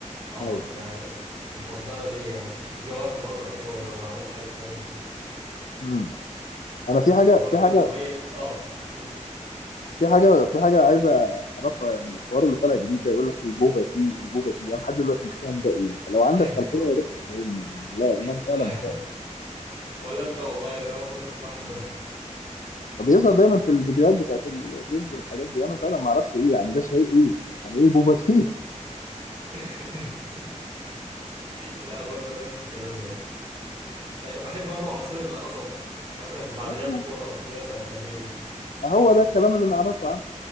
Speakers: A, on the right; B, on the left.
A: اه
B: ايوه
A: ب- مفضلة ليا يعني الجوافة برضو حلوة ولو عليها لبن
B: امم انا في حاجه
A: وبرضو
B: في حاجه
A: المميز اه قول
B: في حاجة في حاجة عايز أعرفها يعني الحوار اللي طالع جديد ده يقول لك البوبا تي البوبا تي أنا لحد دلوقتي مش فاهم ده إيه فلو عندك
A: <laughs>
B: خلفية يا ريت تفهمني أنا والله أنا
A: لا
B: فعلا مش فاهم
A: ولا لا والله يعني انا اول مرة اسمعها بس
B: طب بيظهر دايما في الفيديوهات بتاعت الريلز والحاجات دي أنا فعلا ما أعرفش إيه يعني ده شيء إيه يعني إيه بوبا تي
A: <laughs> لا برضو نفس الكلام برضو آه، بحب برضو عصير القصب يعني مثلا بعد
B: <laughs>
A: لعب كورة او كده فبقى جامد
B: هو ده الكلام اللي نعرفه عنه